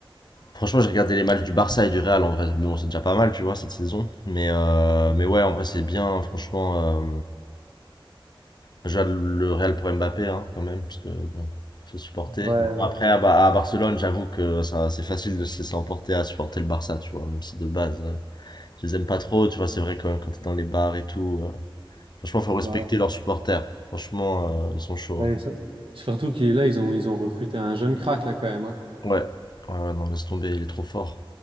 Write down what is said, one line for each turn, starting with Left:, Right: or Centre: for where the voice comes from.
Left: Franchement, j'ai regardé les matchs du Barça et du Real en vrai. Mais bon, c'est déjà pas mal, tu vois, cette saison. Mais, euh, mais ouais, en vrai, c'est bien, franchement. euh, Déjà, le Real pour Mbappé, hein, quand même, parce que bon, faut supporter.
Right: Ouais, ouais,
Left: Mais bon, après, à, Ba- à Barcelone, j'avoue que ça, c'est facile de se laisser emporter à supporter le Barça, tu vois, même si de base, euh, je les aime pas trop, tu vois, c'est vrai quand, quand t'es dans les bars et tout. euh, franchement, faut respecter
Right: ouais.
Left: leurs supporters. Franchement, euh, ils sont chauds.
Right: Ouais,
Left: hein.
Right: ça- Surtout qu'il est là, ils ont, ils ont recruté un jeune crack là quand même. hein.
Left: Ouais. Ouais, ouais, non, laisse tomber, il est trop fort.